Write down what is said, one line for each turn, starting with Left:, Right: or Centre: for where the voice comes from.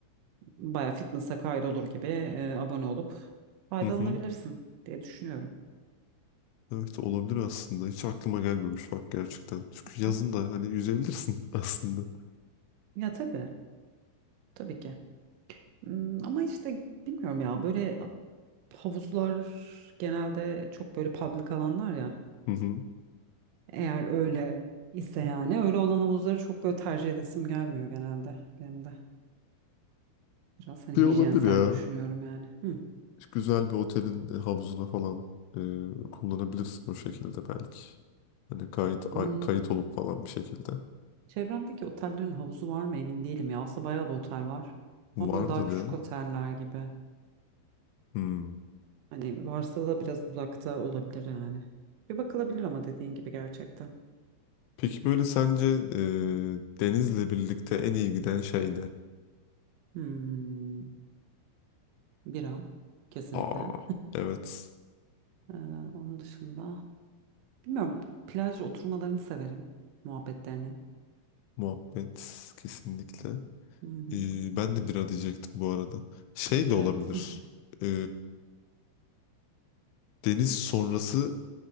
Right: baya fitness'a kaydolur gibi e, abone olup faydalanabilirsin
Left: Hı hı.
Right: diye düşünüyorum.
Left: Evet olabilir aslında. Hiç aklıma gelmemiş bak gerçekten. Çünkü yazın
Right: Hı?
Left: da hani yüzebilirsin <laughs> aslında.
Right: Ya tabii, tabii ki. Hmm, Ama işte bilmiyorum ya böyle havuzlar genelde çok böyle public alanlar ya.
Left: Hı hı.
Right: Eğer öyle ise yani öyle olan havuzları çok böyle tercih edesim gelmiyor genelde benim de. Biraz hani
Left: Bir
Right: hijyensel
Left: olabilir ya.
Right: düşünüyorum yani. Hı.
Left: Güzel bir otelin e, havuzuna falan e, kullanabilirsin o şekilde belki. Hani kayıt ay-
Right: Hmm.
Left: kayıt olup falan bir şekilde.
Right: Çevremdeki otellerin havuzu var mı emin değilim ya. Aslında bayağı da otel var.
Left: Vardır
Right: Ama böyle daha küçük
Left: ya.
Right: oteller gibi.
Left: Hmm.
Right: Hani varsa da biraz uzakta olabilir yani. Bir bakılabilir ama dediğin gibi gerçekten.
Left: Peki böyle sence e, Deniz'le birlikte en iyi giden şey ne?
Right: Hmm. Bira kesinlikle.
Left: Aa, evet.
Right: Ee, onun dışında bilmiyorum plaj oturmalarını severim muhabbetlerini.
Left: Muhabbet kesinlikle.
Right: Hı hı.
Left: E, ben de bira diyecektim bu arada. Şey
Right: Evet.
Left: de olabilir.
Right: <laughs>
Left: E, Deniz sonrası